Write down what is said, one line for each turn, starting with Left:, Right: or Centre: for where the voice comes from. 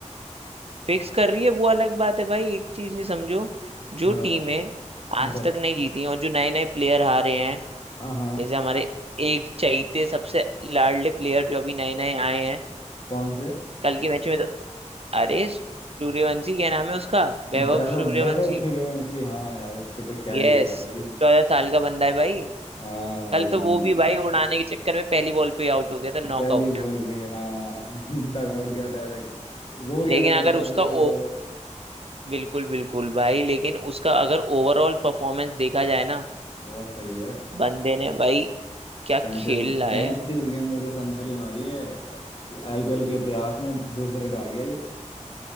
Right: फिक्स कर रही है वो अलग बात है भाई एक चीज ये समझो जो
Left: हाँ
Right: टीमें
Left: बताओ
Right: आज तक नहीं जीती हैं और जो नए नए प्लेयर आ रहे हैं
Left: हाँ
Right: जैसे हमारे एक चैते सबसे लाडले प्लेयर जो अभी नए नए आए हैं
Left: कौन से
Right: कल के मैच में तो अरे सूर्यवंशी क्या नाम है उसका वैभव
Left: वैभव
Right: सूर्यवंशी
Left: वैभव सूर्यवंशी हाँ यार उसको तो क्या
Right: यस
Left: ही कहना है भाई
Right: चौदह साल का बंदा है भाई
Left: हाँ
Right: कल
Left: भाई
Right: तो वो भी भाई उड़ाने के चक्कर में पहली बॉल पे आउट हो गया था नॉकआउट
Left: पहली बॉल पे हाँ डग आउट गया डायरेक्ट रो गया
Right: लेकिन
Left: था मेरे
Right: अगर
Left: ख्याल
Right: उसका
Left: से फिर तो
Right: ओ
Left: वो
Right: बिल्कुल बिल्कुल भाई लेकिन उसका अगर ओवरऑल परफॉर्मेंस देखा जाए ना
Left: बहुत सही है
Right: बंदे ने भाई क्या
Left: पैंतीस
Right: खेल रहा है
Left: पैंतीस गेंदों पे सेंचुरी मारी है आईपीएल के इतिहास में दूसरे पे आ गया ये